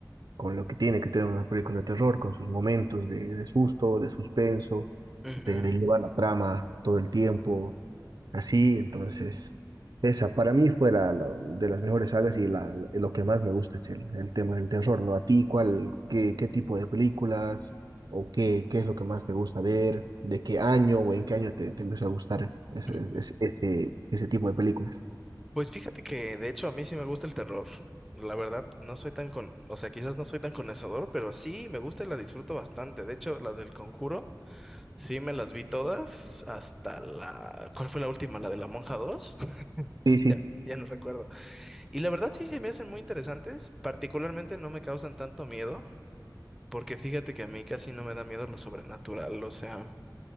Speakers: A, on the right; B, in the centre.
A: con lo que tiene que tener una película de terror, con sus momentos de, de susto, de suspenso,
B: Ujú,
A: de, de llevar la trama todo el tiempo, Así, entonces, esa para mí fue la, la- de las mejores sagas y la, la- lo que más me gusta es el, el tema del terror, ¿no? ¿A ti cuál, qué, qué tipo de películas o qué, qué es lo que más te gusta ver? ¿De qué año o en qué año te, te empezó a gustar ese,
B: ujú.
A: ese, ese, ese tipo de películas?
B: Pues fíjate que de hecho a mí sí me gusta el terror. La verdad, no soy tan con, o sea, quizás no soy tan conocedor, pero sí me gusta y la disfruto bastante. De hecho, las del Conjuro, sí me las vi todas hasta la, ¿cuál fue la última? ¿La de la Monja dos,
A: Sí, sí.
B: <laughs> Ya no recuerdo. Y la verdad sí se me hacen muy interesantes, particularmente no me causan tanto miedo, porque fíjate que a mí casi no me da miedo lo sobrenatural, o sea,